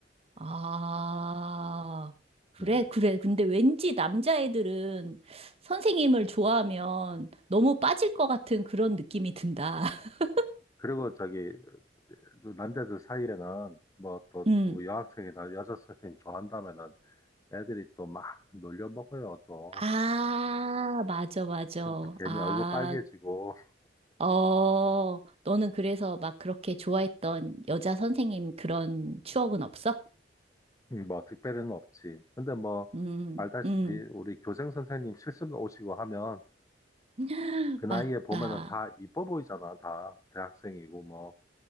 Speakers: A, on the right; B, on the left.
A: 아, 그래,
B: 음,
A: 그래. 근데 왠지 남자애들은 선생님을 좋아하면 너무 빠질 것 같은 그런 느낌이 든다. <laughs>
B: 그리고 저기 또 남자들 사이에는 뭐 또
A: 음.
B: 누구 여학생이나 여자 선생님 좋아한다면은 애들이 또 막 놀려 먹어요 또.
A: 아, 맞아, 맞아.
B: 그럼 또 괜히
A: 아,
B: 얼굴 빨개지고
A: 어, 너는 그래서 막 그렇게 좋아했던 여자 선생님 그런 추억은 없어?
B: <laughs> 뭐 특별히는 없지. 근데 뭐
A: 음,
B: 알다시피
A: 음.
B: 우리 교생 선생님 실습 오시고 하면
A: <gasps>
B: 그
A: <laughs>
B: 나이에
A: 맞다.
B: 보면은 다 이뻐 보이잖아 다 대학생이고 뭐